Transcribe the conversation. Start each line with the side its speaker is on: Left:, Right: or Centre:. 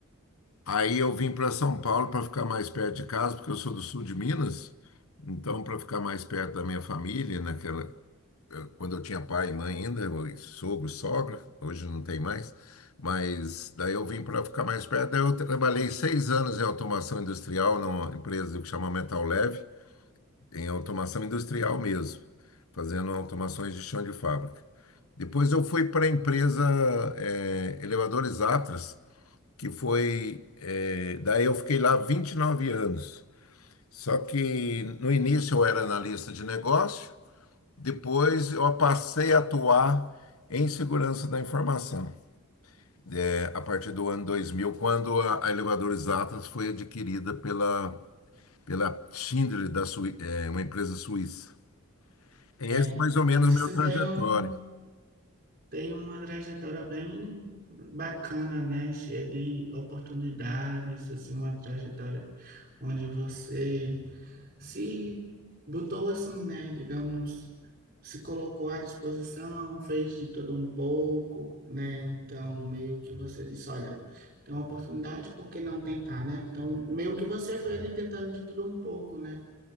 Left: Aí eu vim para São Paulo para ficar mais perto de casa, porque eu sou do sul de Minas. Então, para ficar mais perto da minha família, naquela, quando eu tinha pai e mãe ainda, eu- sogro, sogra, hoje não tem mais. Mas daí eu vim para ficar mais perto. Daí eu trabalhei seis anos em automação industrial numa empresa que chama Metal Leve, em automação industrial mesmo, fazendo automações de chão de fábrica. Depois eu fui para a empresa eh, Elevadores Atlas que foi. eh, daí eu fiquei lá 29 anos. Só que no início eu era analista de negócio, depois eu passei a atuar em segurança da informação. Eh, a partir do ano dois mil quando a, a Elevadores Atlas foi adquirida pela, pela Schindler, da Sui- eh, uma empresa suíça. É
Right: É,
Left: esse é mais ou menos
Right: você
Left: o meu trajetório.
Right: tem um, tem uma trajetória bem bacana, né? Cheia de oportunidades, assim, uma trajetória onde você se botou assim, né, digamos, se colocou à disposição, fez de todo um pouco, né? Então, meio que você disse, olha, tem uma oportunidade, por que não tentar, né? Então, meio que você foi ali tentando de tudo um pouco, né?